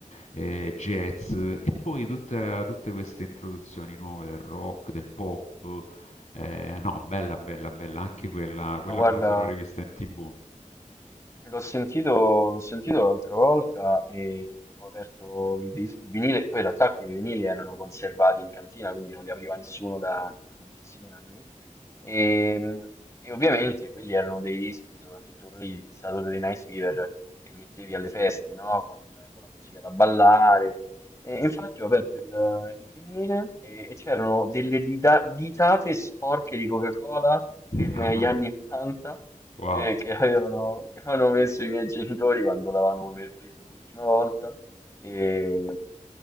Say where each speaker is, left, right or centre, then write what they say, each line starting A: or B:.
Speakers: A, on the left; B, on the left.
A: eh, jazz e poi tutta- tutte queste introduzioni nuove del rock, del pop. eh, no, bella, bella, bella, anche quella,
B: no,
A: quella
B: guarda,
A: me la sono rivista in TV.
B: L'ho sentito, l'ho sentito l'altra volta e ho aperto il dis- il vinile, poi in realtà quei vinili erano conservati in cantina, quindi non li apriva nessuno da, da tantissimi anni. E, e ovviamente quelli erano dei dischi, soprattutto quello lì, Saturday Night Fever, che mettevi alle feste, no? Con, con la musica da ballare. E infatti ho aperto il, il vinile e, e c'erano delle dita- ditate sporche di Coca-Cola ferme
A: Ah,
B: agli
A: ah,
B: anni 80
A: wow.
B: eh, che avevano, che avevano messo i miei genitori quando l'avevano preso l'ultima volta. E,